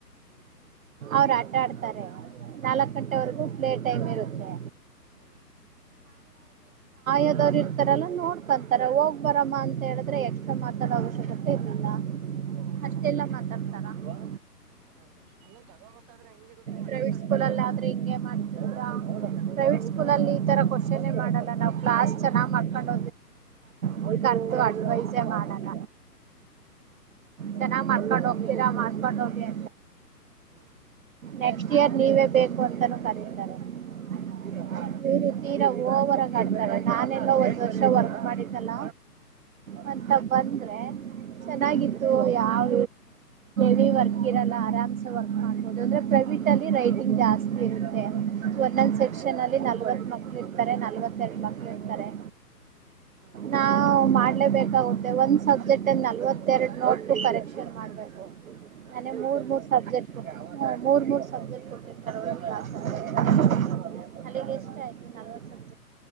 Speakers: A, on the right; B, on the right.
A: ಹ್ಮ್
B: ಅವ್ರು ಆಟ ಆಡ್ತಾರೆ ನಾಲ್ಕಕ್ ಗಂಟೆವರೆಗೂ ಪ್ಲೇ ಟೈಮ್ ಇರುತ್ತೆ
A: ಹ್ಮ್
B: ಯದವ್ರು ಇರ್ತಾರಲ್ಲ ನೋಡ್ಕೊಂತಾರೆ ಹೋಗ್ ಬರಮ್ಮ ಅಂತ ಅ ಹೇಳಿದ್ರೆ ಎಕ್ಸ್ಟ್ರಾ ಮಾತಾಡೋ ಅವಶ್ಯಕತೆ ಇರ್ಲಿಲ್ಲ
A: ಹೌದು
B: ಅಷ್ಟೆಲ್ಲಾ ಮಾತಾಡ್ತಾರ <inaudible>
A: ಅದೇ ಅದೇ ಅಲ್ಲ ತಗೋಬೇಕಾದ್ರೆ ಹೆಂಗಿರುತ್ತೋ ಮೈಂಡ್
B: ಪ್ರೈವಟ್
A: ಸೆಟ್
B: ಸ್ಕೂಲ್ಲ್ಲ
A: ಅದೇ
B: ಆದ್ರೆ ಹಿಂಗಗೆ ಮಾಡ್ತಿದ್ರ ಪ್ರೈವೇಟ್ ಸ್ಕೂಲಲ್ಲಿ ಈ ತರ ಕ್ವಶನ್ೇ ಮಾಡಲ್ಲ ನಾವು ಕ್ಲಾಸ್ ಚೆನ್ನ್ ಮಾಡಕೊಂಡ್ ಹೋ್ ಅಂದ್ರೆ ನಮ ವಯಸೆ ಮಾಡಣ ಚೆನ್ನಾಗ್ ಮಾಡ್ಕೊಂಡ್ ಹೋಗ್ತೀರಾ ಮಾಡ್ಕೊಂಡ್ ಹೋಗಿ
A: ಹ್ಮ್
B: ನೆಕ್ಸ್ಟ್ ಇಯರ್ ನೀವೇ ಬೇಕು ಅಂತನೂ ಕರೀತಾರೆ <inaudible>
A: ಹ್ಮ್
B: ತೀರಾ ಹಓವರಗ ಆಡ್ತಾರ ನಾನೆಲ್ಲ ಒಂದ್ ವರ್ಷ ವರ್ಕ್ ಮಾಡಿದ್ದಲ್ಲ
A: ಹ್ಮ್
B: ಮತ್ತ ಬಂದ್ರೆ ಚೆನ್ನಾಗಿತ್ತು
A: ಹ್ಮ್
B: ಯಾವ ವಿ ವರ್ಕ್ ಇರಲ್ಲ ಆರಾಮ್ಸ ವರ್ಕ್ ಮಾಡಬ ಅಂದ್ರೆ ಪ್ರೈವಟ್ ಅಲ್ಲಿ ರೈಟಿಂಗ್ ಜಾಸ್ತಿ ಇರುತ್ತೆ ಒಂದೊಂದ್ ಸೆಕ್ಷನ್
A: ಹ್ಮ್
B: ಅಲ್ಲಿ ನಲ್ವತ್ತ ಮಕ್ಕಳ <unintelligible> ಇರ್ತರೆ ನಲ್ವತ್ತೆರಡ ಮಕ್ಕಳು ಇರ್ತಾರೆ
A: ಹ್ಮ್
B: ನಾವ ಮಾಡ <unintelligible> ಮಾಡಲೇ ಬೇಕಾಗುತ್ತೆ ಒಂದ್ ಸಬ್ಜೆಕ್ಟ ಗ ನಲ್ವತ್ತೆರಡು ನೋಟ್ ಕರೆಕ್ಷನ್ ಮಾಡ್ಬೇಕು. <unintelligible> ನನಗ
A: ಮಾಡ್ಲೇಬೇಕು
B: ಮೂರ್ ಮೂರ್ ಸಬ್ಜೆಕ್ಟ್ ಕೊ ಮೂರ್ ಮೂರ್ ಸಬ್ಜೆಕ್ಟ್ ಕೊಟ್ಟಿರ್ತಾರೆ ಹೊಳ್ಳೆ ಮಳ್ಳ <unintelligible>
A: ಹು <unintelligible>
B: ಅಲ್ಲಿಗೆ ಎಷ್ಟ ಆಯ್ತು ನಲ್ವತ್ತ ಸಬ <unintelligible>